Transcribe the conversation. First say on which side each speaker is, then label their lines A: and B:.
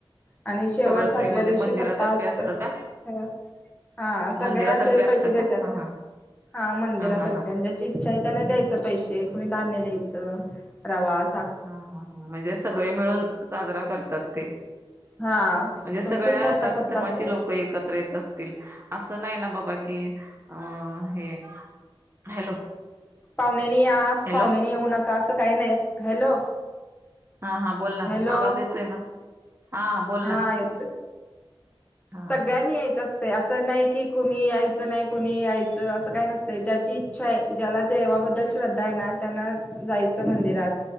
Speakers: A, on the left; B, on the right.
A: आणी शेवट
B: सगळं
A: सातव्या
B: फ्री मध्ये
A: दिवशी
B: मंदिरातर्फे
A: सप्ताह असतं.
B: का
A: हा सगळे
B: मंदिरातर्फे
A: अशे
B: असतं
A: पैशे देत्यात,
B: का हा हा
A: हां मंदिरातर्फे
B: हा हा हा
A: अन ज ची इच्छा य, त्यांन द्यायचं पैशे, कुणी धान्य द्यायचं, प्रवास
B: हां हां हां, म्हणजे सगळे मिळून साजरा करतात. ते,
A: हा
B: म्हणजे
A: पण
B: सगळ्या
A: खूप मोठा
B: जाती
A: सप्ताह
B: धर्माचे
A: असतो
B: लो कं एकत्र येत असतील, अस नाही ना बाबा की, अ हे हॅलो?
A: पाहुण्यांनी या,
B: हॅलो
A: पाहुण्यानी येऊ नका, असं काही नाही, हॅलो?
B: हा हा बोल ना
A: हॅलो?
B: आवाज येतोय ना हा बोल
A: हा
B: ना
A: येतोय.
B: हा हा
A: सगळ्यांनी यायचं अस त, असं नाही की कुणी यायचं नाही, कुणी यायचं, असं काय नसतंय, ज्याची इच्छा ये, ज्याला देवाबद्दल श्रद्धा
B: हा
A: ये ना, त्यांन जायचं मंदिरात.